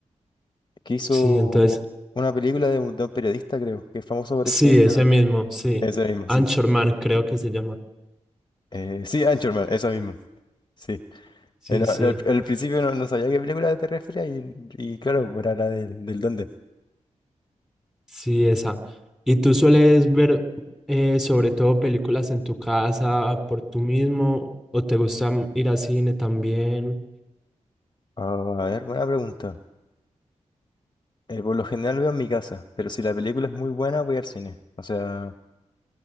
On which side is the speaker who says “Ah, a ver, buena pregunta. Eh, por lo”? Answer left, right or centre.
Left